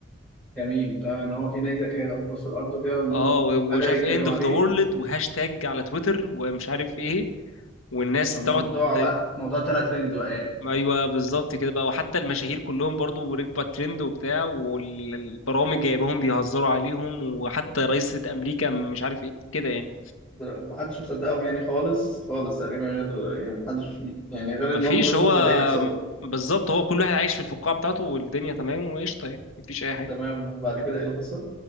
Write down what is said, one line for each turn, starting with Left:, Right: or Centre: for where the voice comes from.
Centre: جميل طبعا ان هو في نيزك هيغوص في الارض وكده وان
Left: اه
Centre: هم
Left: و-
Centre: بدأوا
Left: ومش عارف
Centre: يتكلموا
Left: اند اوف
Centre: عليه
Left: ذا وورلد وهاشتاج على تويتر ومش عارف ايه والناس
Centre: فالموضوع
Left: تقعد ت-
Centre: بقى الموضوع طلع ترند بقى يعني
Left: ايوه بالظبط كده بقى وحتى المشاهير كلهم برضو ركبوا على الترند وبتاع والبرامج جايباهم بيهزروا عليهم وحتى رئيسة امريكا مش عارف ايه كده يعني
Centre: در- محدش مصدقهم يعني خالص خالص تقريبا غير يعني محدش فيه يعني غير
Left: مفيش
Centre: ان هم بس
Left: هو
Centre: مصدقين نفسهم
Left: بالظبط هو كل واحد عايش في الفقاعة بتاعته والدنيا تمام وقشطة يعني مفيش أي حاجة
Centre: تمام وبعد كده ايه اللي حصل؟